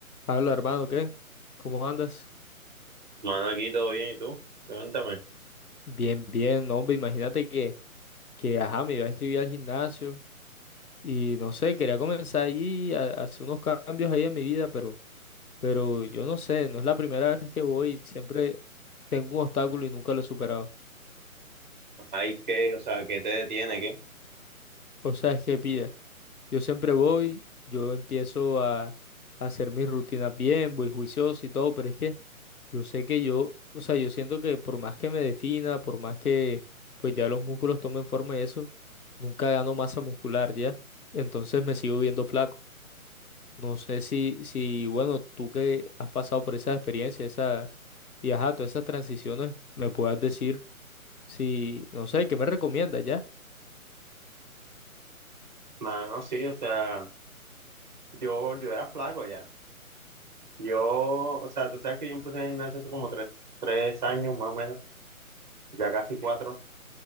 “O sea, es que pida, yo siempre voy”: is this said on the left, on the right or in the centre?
Left